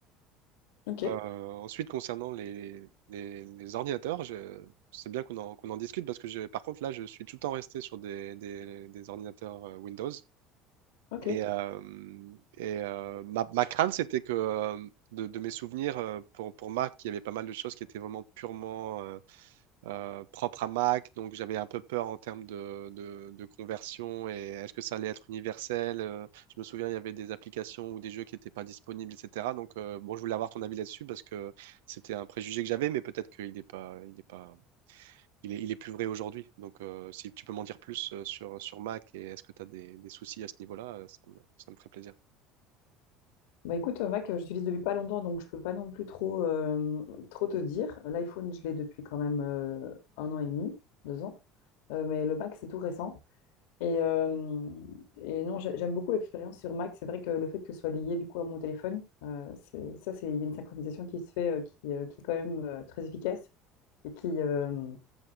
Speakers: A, on the left; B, on the right.
A: ok,
B: Euh, ensuite, concernant les, les, les ordinateurs, je- c'est bien qu'on en, qu'on en discute parce que je- par contre, là, je suis tout le temps resté sur des, des, des ordinateurs euh, Windows.
A: ok.
B: Et, euh, et euh, ma, ma crainte, c'était que euh, de, de mes souvenirs, euh, pour, pour Mac, il y avait pas mal de choses qui étaient vraiment purement euh, euh, propres à Mac. Donc j'avais un peu peur en termes de, de, de conversion et est-ce que ça allait être universel? Euh, je me souviens, il y avait des applications ou des jeux qui n'étaient pas disponibles, etc. Donc euh, bon, je voulais avoir ton avis là-dessus parce que c'était un préjugé que j'avais, mais peut-être qu'il n'est pas, il est pas il est, il est plus vrai aujourd'hui. Donc, euh, si tu peux m'en dire plus euh, sur, sur Mac et est-ce que tu as des, des soucis à ce niveau-là, euh, ça me, ça me ferait plaisir.
A: Bah écoute, euh, Mac, euh, j'utilise depuis pas longtemps, donc je peux pas non plus trop, euh, trop te dire. L'iPhone, je l'ai depuis quand même euh, un an et demi, deux ans. Euh, mais le Mac, c'est tout récent. Et, euh, et non, j'ai- j'aime beaucoup l'expérience sur Mac. C'est vrai que le fait que ce soit lié du coup à mon téléphone, euh, c'est- ça, c'est il y a une synchronisation qui se fait, euh, qui, euh, qui est quand même euh, très efficace et qui, euh,